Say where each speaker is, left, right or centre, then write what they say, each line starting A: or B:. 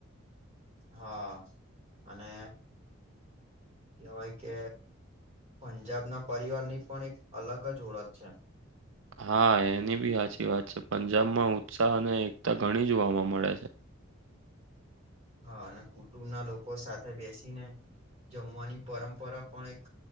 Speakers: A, on the right (about 30°); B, on the right (about 65°).
A: હા અને કેવાય કે પંજાબ ના પરિવાર ની પણ એક અલગ જ ઓળખ છે.
B: હા એની બી સાચી વાત છે પંજાબમાં ઉત્સાહ અને એકતા ઘણી જોવાવામાં મળે છે.
A: હા અને કુટુંબ ના લોકો સાથે બેસીને જમવાની પરંપરા પણ એક